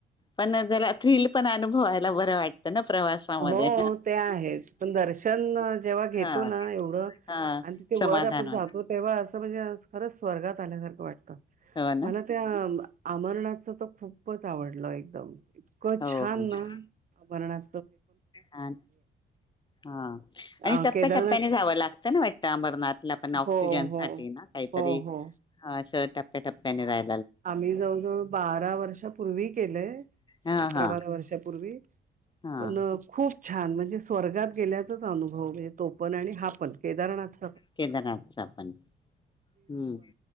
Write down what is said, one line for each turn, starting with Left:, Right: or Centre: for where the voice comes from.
Left: पण जरा थ्रिल पण अनुभवायला बरं वाटतं. ना प्रवासामध्ये
Right: हो ते आहेच, पण दर्शन जेव्हा घेतो
Left: हा
Right: ना एवढं
Left: हा
Right: आणि तिथे
Left: समाधान
Right: वर आपण
Left: वाट
Right: जातो तेव्हा असं तसं म्हणजे खरंच स्वर्गात आल्यासारखं वाटतं.
Left: हो ना
Right: मला त्या अमरनाथचं तर खूपच आवडलं एकदम. इतक
Left: हो
Right: छान ना बरणार
Left: हा आणि
Right: अ
Left: टप्प्याटप्प्याने
Right: केदारनाथ
Left: जावं लागतं ना वाटतं अमरनाथला पण ऑक्सिजनसाठी
Right: हो हो
Left: ना काहीतरी
Right: हो हो
Left: असं टप्प्याटप्प्याने जाय
Right: आम्ही जवळजवळ बारा वर्षापूर्वी केलंय.
Left: हा
Right: अकरा
Left: हा
Right: बारा वर्षापूर्वी
Left: हा
Right: पण खूप खूप छान म्हणजे स्वर्गात गेल्याचाच अनुभव तो पण आणि हा पण केदारनाथ
Left: केदारनाथच पण हम्म.